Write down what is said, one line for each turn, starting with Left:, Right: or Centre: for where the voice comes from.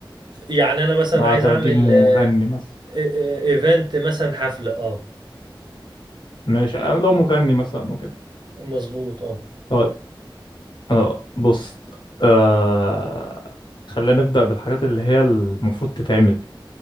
Right: يعني انا مثلا
Left: هتجيب
Right: عايز اعمل
Left: مغني
Right: آه، آه،
Left: مثلا
Right: آه، ايفنت مثلا حفلة اه
Left: ماشي آه، لو مغني مثلا وكده
Right: مظبوط اه
Left: طيب آه بص آه خلينا نبدأ بالحاجات اللي هي المفروض تتعمل